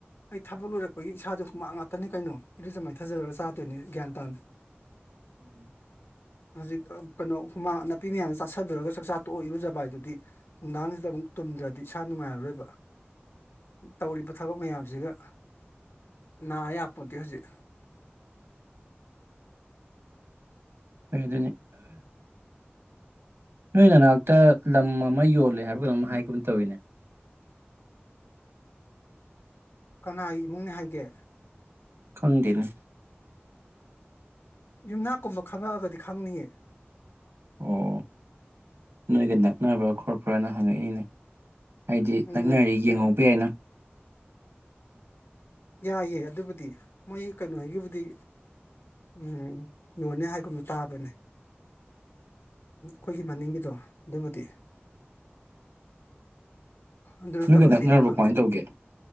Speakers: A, on the left (about 70°); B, on the right (about 70°).
A: ꯑꯩ ꯊꯕꯛ ꯂꯣꯏꯔꯛꯄꯒꯤ ꯏꯁꯥꯗ ꯍꯨꯃꯥꯡ ꯉꯥꯛꯇꯅꯤ ꯀꯩꯅꯣ ꯏꯔꯨꯖ ꯃꯥꯏꯊꯖꯔꯔꯒ ꯆꯥꯗꯣꯏꯅꯤ ꯒ꯭ꯌꯥꯟ ꯇꯥꯅ
B: ꯎꯝ
A: ꯍꯧꯖꯤꯛ ꯀꯩꯅꯣ ꯍꯨꯃꯥꯡ ꯅꯥꯄꯤ ꯃꯌꯥꯝꯗ ꯆꯥꯥꯁꯜꯂꯨꯔꯒ ꯆꯥꯛꯆꯥ ꯇꯣꯛꯑ ꯏꯔꯨꯖꯕ ꯍꯥꯏꯗꯨꯗꯤ ꯅꯨꯡꯗꯥꯡꯁꯤꯗ ꯑꯃꯨꯛ ꯇꯨꯝꯗ꯭ꯔꯗꯤ ꯏꯁꯥ ꯅꯨꯡꯉꯥꯏꯔꯔꯣꯏꯕ ꯇꯧꯔꯤꯕ ꯊꯕꯛ ꯃꯌꯥꯝꯁꯤꯒ ꯅꯥ ꯌꯥꯕꯄꯣꯠꯇꯦ ꯍꯧꯖꯤꯛ
B: ꯀ ꯑꯗꯨꯅꯤ ꯍꯅ ꯑ ꯂꯝ ꯑꯃ ꯌꯣꯜꯂꯦ ꯍꯥꯏꯕ ꯀꯩꯅ ꯍꯥꯏꯈꯤꯕꯨꯝ ꯑꯃ ꯇꯧꯋꯤꯅꯦ
A: ꯀꯅꯥꯒꯤ ꯏꯃꯨꯡꯅꯤ ꯍꯥꯏꯒꯦ
B: ꯈꯗꯅ
A: ꯌꯨꯝꯅꯥꯛꯀꯨꯝꯕ ꯈꯪꯉꯛꯑꯒꯗꯤ ꯈꯪꯅꯤꯡꯑ
B: ꯑꯣ ꯅꯣꯏꯒ ꯅꯛꯅꯕꯥ ꯈꯣꯠꯄ꯭ꯔꯥꯅ ꯍꯪꯉꯛꯏꯅꯦ ꯍꯥꯏꯗꯤ
A: ꯎꯝ
B: ꯅꯛꯅꯔꯤ ꯌꯦꯡꯍꯧꯕ ꯌꯥꯏꯅ
A: ꯌꯥꯏꯌꯦꯦ ꯑꯗꯨꯕꯨꯗꯤ ꯃꯣꯏ ꯀꯩꯅꯣ ꯍꯥꯏꯒꯤꯕꯨꯗꯤ ꯎ ꯌꯣꯟꯅꯦ ꯍꯥꯏꯒꯨꯝꯅ ꯇꯥꯕꯅꯦ ꯑꯩꯈꯣꯏꯒꯤ ꯃꯅꯤꯡꯒꯤꯗꯣ ꯑꯗꯨꯕꯨꯗꯤ ꯑꯗꯨ ꯅꯠꯇꯕ
B: ꯅꯣꯏꯒ ꯅꯛꯅꯔꯕꯣ
A: ꯑꯇꯩꯗꯤ ꯈꯪꯗꯦ
B: ꯀꯃꯥꯏꯅ ꯇꯧꯒꯦ